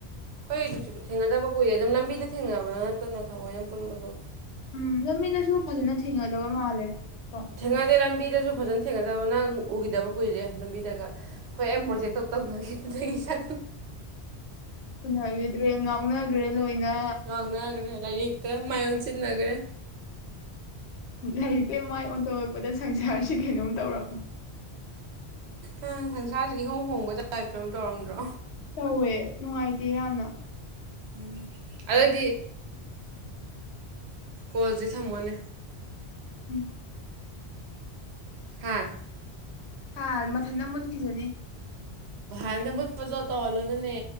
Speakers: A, on the right (about 75°); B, on the left (about 80°).
A: ꯀꯣꯏꯁꯨ ꯊꯦꯡꯅꯗꯕ ꯀꯨꯏꯦ ꯑꯗꯨꯝ ꯂꯝꯕꯤꯗ ꯊꯦꯡꯅꯕ ꯊ ꯅꯠꯇꯅ ꯊꯑꯣꯏꯅ ꯄꯨꯟꯕꯗꯣ
B: ꯎꯝ ꯂꯝꯃꯤꯅꯁꯨ ꯐꯖꯅ ꯊꯤꯡꯒꯗꯕ ꯃꯥꯜꯂꯦ ꯀꯣ
A: ꯊꯦꯡꯅꯗꯦ ꯂꯝꯕꯤꯗꯁꯨ ꯐꯖꯅ ꯊꯦꯡꯅꯗꯕ ꯅꯥꯡ ꯎꯈꯤꯗꯕ ꯀꯨꯏꯔꯦ ꯂꯝꯕꯤꯗꯒ ꯍꯣꯏ ꯑꯩ
B: ꯎꯝ
A: ꯄ꯭ꯔꯣꯖꯦꯛꯇꯧ ꯇꯧꯅꯈꯤ ꯆ
B: ꯁꯅꯈꯤꯗ꯭ꯔꯦ ꯉꯥꯎꯅꯈ꯭ꯔꯦ ꯂꯣꯏꯅ
A: ꯉꯥꯡꯅꯈ꯭ꯔꯦ ꯂꯥꯏꯔꯤꯛꯇ ꯃꯌꯣꯟꯁꯤꯟꯅꯈ꯭ꯔꯦ
B: ꯂꯥꯏꯔꯤꯛ ꯂ ꯃꯥꯏ ꯑꯣꯟꯊꯣꯔꯛꯄꯗ ꯁꯪꯁꯥꯔꯁꯤ ꯀꯩꯅꯣꯝ ꯇꯧꯔꯕꯅꯦ
A: ꯑꯪ ꯁꯪꯁꯥꯔꯁꯤꯦ ꯏꯍꯣꯡ ꯍꯣꯡꯕ ꯆꯥꯏꯇꯕ ꯇꯧꯔꯝꯗ꯭ꯔꯣ
B: ꯇꯧꯋꯦ ꯅꯨꯡꯉꯥꯏꯇꯦ ꯌꯥꯝꯅ
A: ꯎꯝ ꯑꯗꯨꯗꯤ ꯀꯣꯜꯗꯤ ꯊꯝꯃꯣꯅꯦ
B: ꯎꯝ
A: ꯍꯥꯥ
B: ꯍꯥꯥ ꯃꯊꯟꯅ ꯃꯨꯠꯀꯤꯖꯅꯤ
A: ꯥꯟꯅꯕꯨꯠꯄꯖ ꯇꯧꯍꯜꯂꯣꯅꯅꯦ